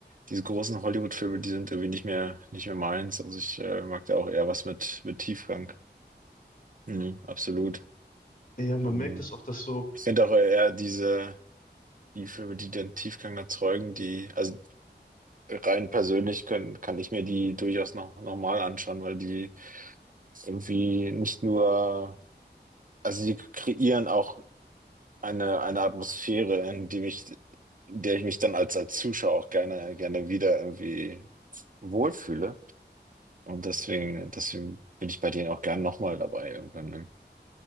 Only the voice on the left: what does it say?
Ja, man
merkt das auch, dass so,